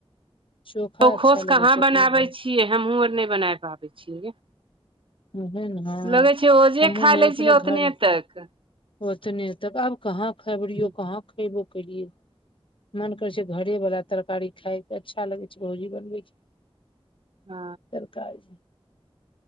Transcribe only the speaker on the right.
तो
खोश कहाँ
बनाबै
छियै। हमहूँ आर नय बना पाबै छियै
लगै छै। ओजे
खा
ले
छीय
ओतने तक।
हूँ
हँ।